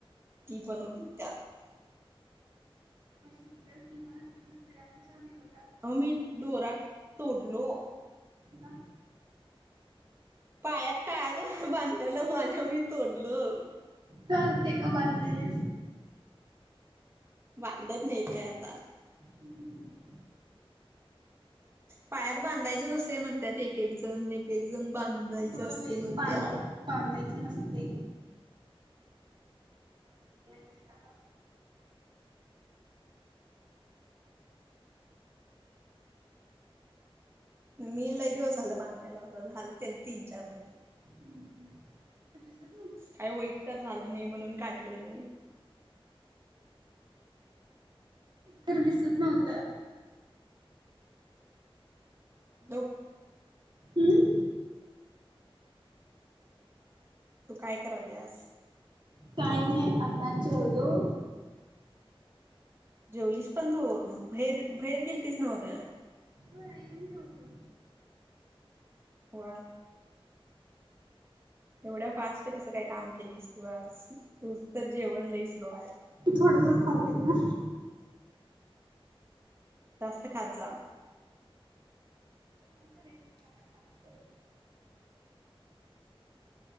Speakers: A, on the right; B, on the right.
A: ती पण होती त्यात
B: शब्द किंवा दुसऱ्यांच्या विरोधात
A: ह मी डोरा तोडलो
B: ना
A: पायात कायज बांधायला माझ्या मी तोडलं
B: का ते का बांधलेले
A: बांडत नाहीतय आता
B: हम्म हम्
A: पायात बांधायचं नसते म्हणत्यात एक एक जण एक एक जण बांधायचं
B: होय
A: असते म्हणत्यात.
B: बांधायच नसते. असता
A: मी ल दिवस झालं बांधल्याला अस झालंल ते तीन चार महिने
B: हम्स
A: काय वाईट तर झालं नाही म्हणून काढल नाही
B: खर दिसत नव्हत
A: हॅलो.
B: हुं.
A: तू काय कराल्यास.
B: काय नाही आताच जेवलो.
A: जेवलीस पण तू बहेर बहेर गेलतीस नव्ह ग.
B: होय येऊन जेवली.
A: वा. एवढ्या फास्ट कसं काय काम केलीस तू आज तूज तर जेवण लई स्लो हाय.
B: थोडंसच खाल्ले ना.
A: जास्त खात जा.
B: काय करायचं खाऊन खाऊन.